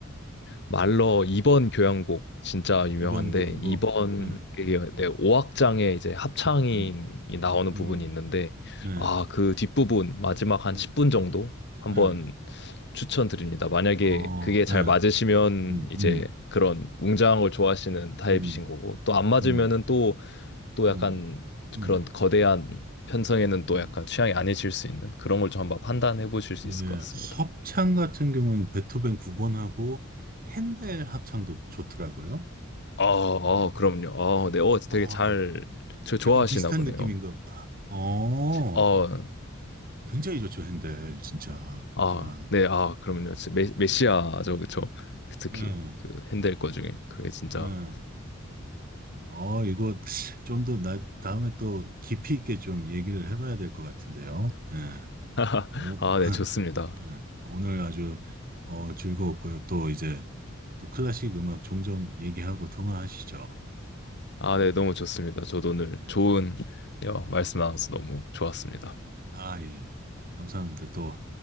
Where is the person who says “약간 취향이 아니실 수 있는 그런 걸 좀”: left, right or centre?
Left